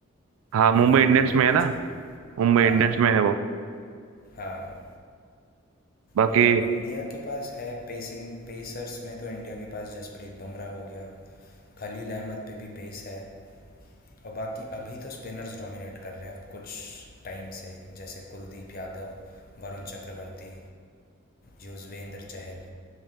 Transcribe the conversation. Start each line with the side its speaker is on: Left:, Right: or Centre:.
Right: हाँ
Left: भी
Right: मुंबई
Left: हैं
Right: इंडियंस
Left: बॉलिंग
Right: में
Left: कोच
Right: है ना
Left: वो
Right: मुंबई
Left: हाँ
Right: इंडियंस में है वो
Left: हाँ
Right: बाकी
Left: और इंडिया के पास है पेसिंग पेसर्स में तो इंडिया के पास जसप्रीत बुमराह हो गया खलील अहमद पे भी पेस है और बाकी अभी तो स्पिनर्स डोमिनेट कर रहे हैं कुछ टाइम से जैसे कुलदीप यादव वरुण चक्रवर्ती युजवेंद्र चहल